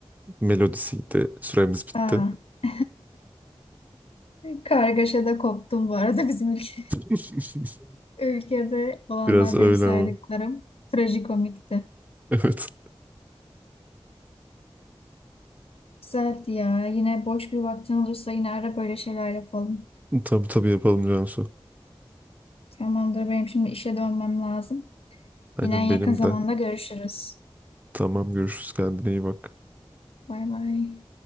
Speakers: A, on the right (about 15°); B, on the left (about 75°).
A: Melodisiydi. Süremiz bitti.
B: Aa. <laughs> Kargaşada koptum bu arada bizim ülke.
A: <laughs>
B: Ülkede olanlar
A: Biraz öyle
B: benim saydıklarım
A: ama.
B: trajikomikti.
A: Evet.
B: Güzeldi ya. Yine boş bir vaktin olursa yine ara böyle şeyler yapalım.
A: Tabii tabii yapalım Cansu.
B: Tamamdır benim şimdi işe dönmem lazım.
A: Aynen
B: Yine en yakın
A: benim
B: zamanda
A: de.
B: görüşürüz.
A: Tamam görüşürüz kendine iyi bak.
B: Bay bay.